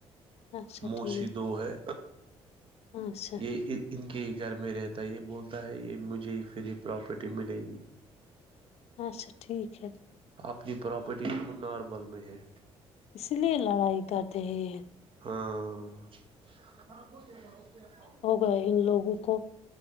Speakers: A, on the left; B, on the right.
A: اچھا
B: موسی
A: ٹھیک
B: دوو ہے
A: اچھا
B: یہ ای ان کے ہی گھر میں رہتا ہے یہ بولتا ہے یہ مجھے ہی فری پراپرٹی ملے گی
A: اچھا ٹھیک ہے
B: اپنی پراپرٹی ناربل میں ہے
A: اس لیے لڑائی کرتے ہیں
B: ہاں
A: ہے ان لوگوں کو